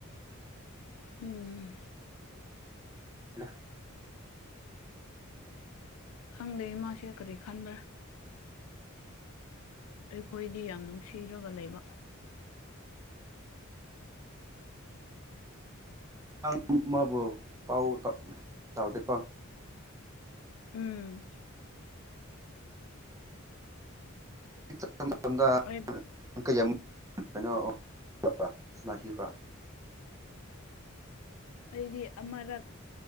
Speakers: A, on the left; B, on the right.
A: ꯎꯝ
B: <inaudible>
A: ꯈꯪꯗꯦ ꯃꯥꯥꯁꯔ ꯀꯔꯤ ꯈꯟꯕ꯭ꯔꯥ ꯑꯩꯈꯣꯏꯗꯤ ꯌꯥꯝ ꯅꯨꯡꯁꯤꯔꯒ ꯂꯩꯕ
B: ꯑꯪ ꯃꯕꯨ ꯄꯥꯎ ꯇꯥꯎ ꯇꯥꯎꯗꯦꯀꯣ
A: ꯎꯝ
B: <unintelligible>
A: ꯑꯩ ꯑꯩꯗꯤ ꯑꯃꯔꯛ